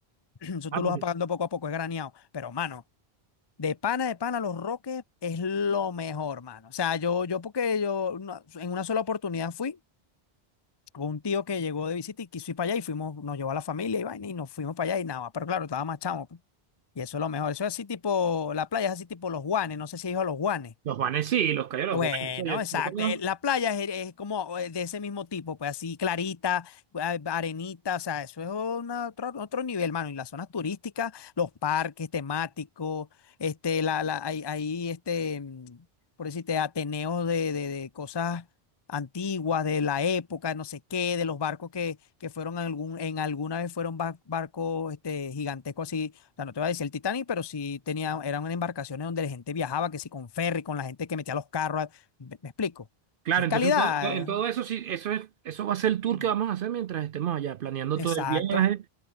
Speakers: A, on the left; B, on the right.
A: <clears throat> Eso
B: Ah,
A: tú lo
B: pero
A: vas pagando poco a poco, es graneado. Pero, mano, de pana, de pana, Los Roques es lo mejor, mano. O sea, yo, yo porque yo no- en una sola oportunidad fui, hubo un tío que llegó de visita y quiso ir para allá y fuimos, nos llevó a la familia y vaina y nos fuimos para allá y nada, pero claro, estaba más chamo. pues. Y eso es lo mejor, eso es así tipo, la playa es así tipo Los Guanes, no sé si has ido a Los Guanes.
B: Los Juanes sí, los callos de
A: Bueno,
B: los Juanes. O sea, yo-
A: exacto.
B: yo conozco-
A: Eh, La playa es, es como eh, de ese mismo tipo, pues así clarita, a- arenita, o sea, eso es una- otro, otro nivel, mano. Y las zonas turísticas, los parques temáticos, este, la, la, hay, hay, este, mm, por decirte, ateneos de, de, de cosas antiguas, de la época, no sé qué, de los barcos que, que fueron algún, en alguna vez fueron bar- barcos, este, gigantescos o sea, no te voy a decir el Titanic, pero sí tenía, eran embarcaciones donde la gente viajaba, que sí con ferry, con la gente que metía los carros. ¿Me, me explico?
B: Claro,
A: Es
B: entonces
A: calidad.
B: en todo, en todo eso sí, eso es, eso va a ser el tour
A: eh,
B: que vamos a hacer mientras estemos allá, planeando
A: Exacto.
B: todo el viaje.